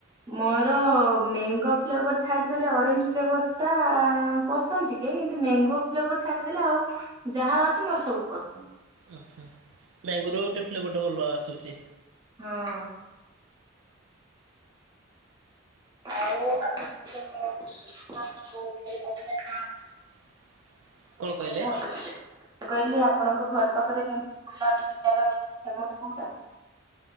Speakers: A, on the right (about 20°); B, on the right (about 70°).
A: ମୋର ମେଙ୍ଗୋ ଫ୍ଲେଭର ଛାଡିଦେଲେ ଅରେଞ୍ଜ ଫ୍ଲେଭର ଟା ପସନ୍ଦ ଟିକେ କିନ୍ତୁ ମେଙ୍ଗୋ ଫ୍ଲେଭର ଛାଡିଦେଲେ ଆଉ ଯାହା ଅଛି ମୋର ସବୁ ପସନ୍ଦ।
B: ଆଛା ମେଙ୍ଗୋର ଗୋଟେ ଫ୍ଲେଭର ଗୋଟେ ଭଲ ଆସୁଛି।
A: ହଁ ଆଉ ଆପଣଙ୍କ କଣ ଘରେ କରୁଥିଲେ କଣ?
B: <inaudible> କଣ କହିଲେ?
A: <unintelligible> ମୁଁ କହିଲି ଆପଣଙ୍କ ଘରପାଖରେ ଏମିତି ବୁଲାବୁଲି ଜାଗା ବେଶି ଫେମସ କୋଉଟା?